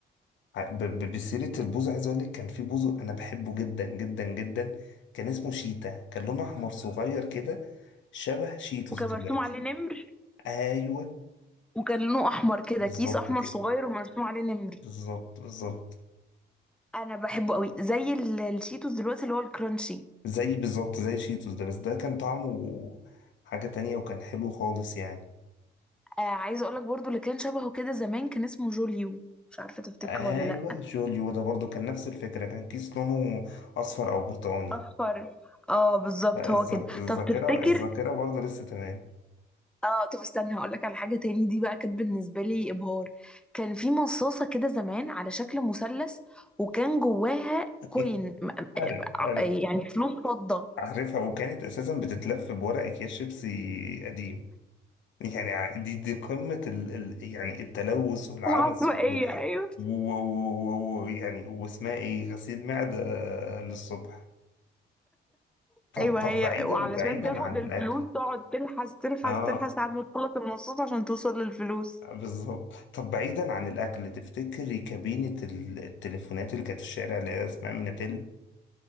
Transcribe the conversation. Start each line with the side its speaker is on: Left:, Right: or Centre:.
Left: ع- ب- ب- بسيرة البوز عايز اقول لك كان في بوز انا بحبه جدا جدا جدا كان اسمه شيتا كان لونه احمر صغير كده شبه شيتوس
Centre: وكان
Left: دلوقتي
Centre: مرسوم عليه نمر
Left: ايوه
Centre: وكان لونه احمر كده
Left: بالظبط
Centre: كيس احمر
Left: كده
Centre: صغير ومرسوم عليه نمر
Left: بالظبط بالظبط
Centre: انا بحبه قوي زي ال- الشيتوس دلوقتي اللي هو الكرانشي
Left: زي بالظبط زي شيتوس ده بس ده كان طعمه حاجة تانية وكان حلو خالص يعني
Centre: آه عايزه اقول لك برضو اللي كان شبهه كده زمان كان اسمه جوليو مش عارفه تفتكره
Left: ايوه
Centre: ولا لا
Left: جوليو ده برضو كان نفس الفكرة كان كيس لونه اصفر او برتقاني
Centre: اصفر اه بالظبط
Left: لا،
Centre: هو
Left: الذا-
Centre: كده
Left: الذاكرة
Centre: طب تفتكر
Left: الذاكرة برضو لسه تمام
Centre: اه طب استنى هقول لك على حاجه تاني دي بقى كانت بالنسبه لي ابهار كان في مصاصه كده زمان على شكل مثلث وكان جواها
Left: <laughs>
Centre: كوين م-
Left: عارف
Centre: ع-
Left: عارف
Centre: يعني فلوس فضه
Left: عارفها وكانت اساسا بتتلف بورق اكياس شيبسي قديم يعني ع- دي دي قمة ال ال يعني التلوث والعبث
Centre: العشوائية
Left: و-
Centre: ايوه
Left: و- و- و- يعني واسمها ايه غسيل معدة آه، للصبح طب
Centre: ايوه
Left: طب
Centre: هي
Left: بعيدا
Centre: وعلشان
Left: بعيدا
Centre: تاخد
Left: عن
Centre: الفلوس
Left: الاكل
Centre: تقعد تلحس تلحس
Left: اه
Centre: تلحس لحد ما تخلص المصاص عشان توصل للفلوس
Left: بالظبط طب بعيدا عن الاكل تفتكري كابينة ال- التليفونات اللي كانت في الشارع اللي هي اسمها ميناتيل